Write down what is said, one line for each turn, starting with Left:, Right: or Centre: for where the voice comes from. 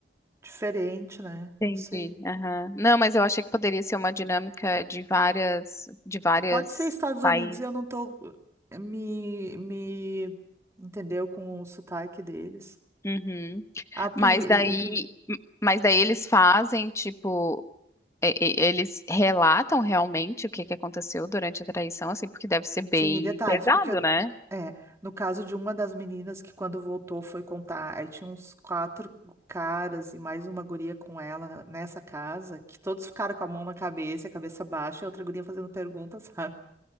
Right: diferente, né?
Left: Entendi.
Right: Não sei.
Left: Aham. Não, mas eu achei que poderia ser uma dinâmica de várias, de várias
Right: Pode ser Estados
Left: países.
Right: Unidos, eu não tô eh, me, me entendeu com o sotaque deles.
Left: Uhum.
Right: A
Left: Mas
Right: primeira.
Left: daí, mas daí eles fazem, tipo, e- e- eles relatam realmente o que que aconteceu durante a traição, assim, porque deve ser bem
Right: Sim, e detalhes,
Left: pesado,
Right: porque eu-
Left: né?
Right: é, no caso de uma das meninas que quando voltou foi contar, aí tinha uns quatro caras e mais uma guria com ela na- nessa casa, que todos ficaram com a mão na cabeça, a cabeça baixa, e outra guria fazendo perguntas, <laughs> sabe?